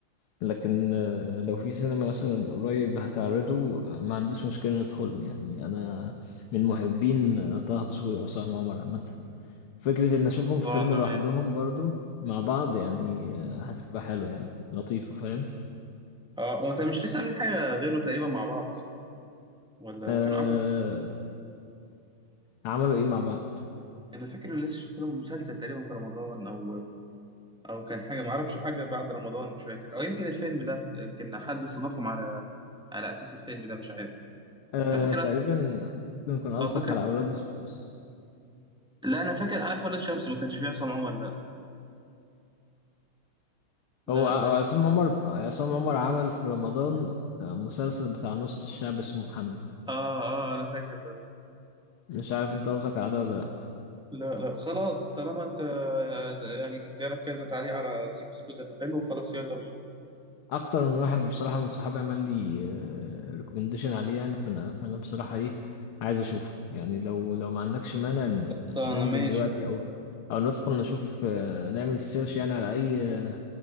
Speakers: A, on the left (about 80°); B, in the centre.
A: لكن آه، لو في سينما مثلا قريب هتعرضه آه، ما عنديش مشكلة ندخله يعني أنا من محبين آه، طه دسوقي وعصام عمر عامة فكرة إن أشوفهم
B: خلصانة
A: في فيلم لوحدهم
B: ماشي
A: برضو مع بعض يعني آه، هتبقى حلوة يعني لطيفة فاهم
B: اه هو انت مش لسه عاملين حاجة غيره تقريبا مع بعض ولا
A: أه
B: كانوا عملوا
A: عملوا إيه مع بعض
B: انا فاكر ان لسه شفت لهم مسلسل تقريبا في رمضان او او كان حاجه ما اعرفش حاجه بعد رمضان مش فاكر او يمكن الفيلم ده يمكن حد استضافهم على على اساس الفيلم ده مش عارف
A: أه
B: انا فاكر
A: تقريبا ممكن يكون قصدك
B: اه فاكر
A: على أولاد الشمس
B: لا انا فاكر عارف ولاد شمس ما كانش فيه عصام عمر لا لا
A: هو ع-
B: بس.
A: هو عصام عمر ف- عصام عمر عمل في رمضان آه، مسلسل بتاع نص الشعب اسمه محمد
B: اه اه انا فاكر ده
A: مش عارف انت قصدك على ده ولا
B: لا لا خلاص طالما انت يعني جالك كذا تعليق على سيكو سيكو ده انه حلو خلاص يلا بينا
A: اكتر من واحد بصراحه من صحابي عمل لي ريكومنديشن عليه يعني فانا فانا بصراحه ايه عايز اشوفه يعني لو لو ما عندكش مانع ن-
B: خلصانه
A: ننزل
B: ماشي
A: دلوقتي او او ندخل نشوف آه، نعمل سيرش يعني على اي